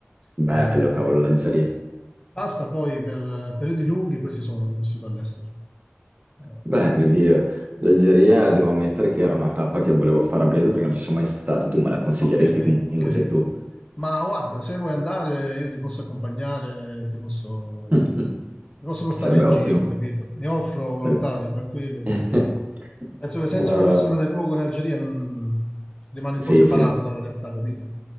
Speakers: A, on the right (about 35°); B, on the left (about 25°).
A: bello,
B: Eh,
A: cavolo, l'Algeria.
B: basta poi per eh, periodi lunghi, questi sono che ho vissuto all'estero. Eh,
A: Beh, mio Dio, l'Algeria devo ammettere che era una tappa che volevo fare a breve perché non ci sono mai stato. Tu me la consiglieresti
B: Ok,
A: comunque,
B: ok.
A: c'è tu.
B: Ma guarda, se vuoi andare, io ti posso accompagnare, ti posso,
A: <laughs>
B: ti posso portare
A: Sarebbe
B: in
A: ottimo.
B: giro, capito? Mi offro volontario,
A: Quello-
B: tranquillo, perché
A: <laughs>
B: penso che senza
A: Madonna.
B: una persona del luogo in Algeria non... rimani
A: Sì,
B: un po' separato
A: sì.
B: dalla realtà, capito?